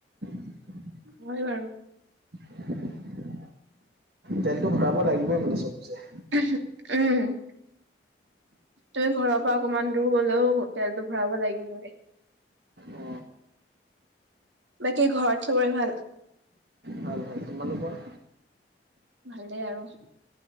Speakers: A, on the right; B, on the right.
A: হ'ব।
B: হয় বাৰু
A: <inaudible> তেলটো ভৰাব লাগিবই, মানে চবতে
B: উম, তুমি ঘৰৰ পৰা অকণমান দূৰ গ'লেও তেলটো ভৰাব লাগিবই।
A: অ
B: বাকী, ঘৰত চবৰে ভাল?
A: ভাল, ভাল। তোমালোকৰ?
B: ভালেই আৰু